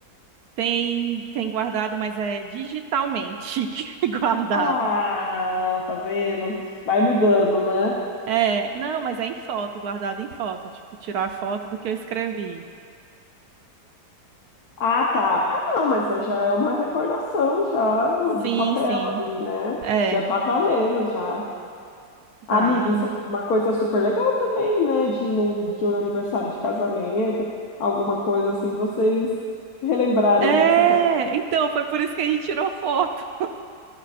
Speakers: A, on the right; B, on the left.
A: Tem, tem guardado, mas é digitalmente <laughs> guardado.
B: Ah, tá vendo? Vai mudando, né?
A: É, não, mas é em foto, guardado em foto, tipo, tirar a foto do que eu escrevi.
B: Ah, tá. Ah, não, mas já é uma recordação já do, do
A: Sim,
B: papel
A: sim.
B: ali, né?
A: É,
B: Já tá valendo já.
A: tá.
B: Amiga, isso é uma coisa super legal também, né? De, num, de um aniversário de casamento, alguma coisa assim, vocês relembrarem
A: É,
B: dessa carinha.
A: então foi por isso que a gente tirou foto,